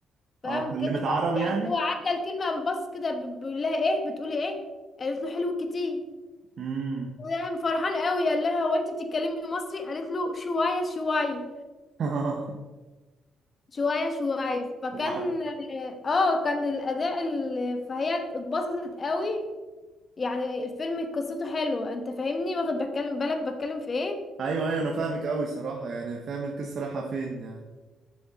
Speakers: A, on the left; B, on the right.
A: فقام
B: اه كلمت
A: كده
B: عربي
A: يعني
B: يعني
A: هو عدى الكلمه قام بص كده بيقول لها ايه بتقولي ايه قالت له حلو كتير
B: امم
A: قام فرحان قوي قال لها هو انت بتتكلمي مصري قالت له شويه شويه
B: <laughs>
A: شويه شويه فكان
B: لا
A: اه كان الاداء ال- فهي اتبسطت قوي يعني الفيلم قصته حلوة انت فاهمني واخد بتكلم بالك بتكلم في ايه
B: ايوه ايوه انا فاهمك قوي صراحه يعني فاهم القصه رايحه فين يعني